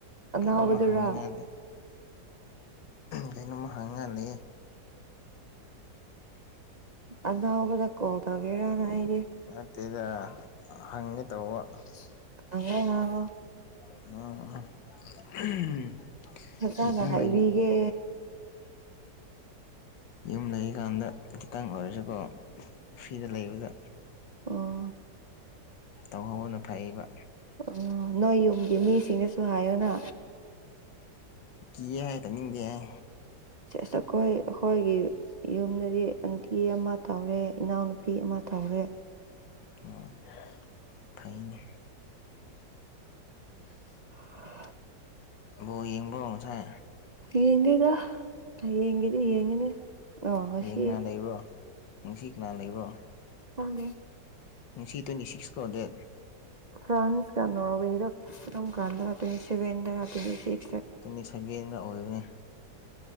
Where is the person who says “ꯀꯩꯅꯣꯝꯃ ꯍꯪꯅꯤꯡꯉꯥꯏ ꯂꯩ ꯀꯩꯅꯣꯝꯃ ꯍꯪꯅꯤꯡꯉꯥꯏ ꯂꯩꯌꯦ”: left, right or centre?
Left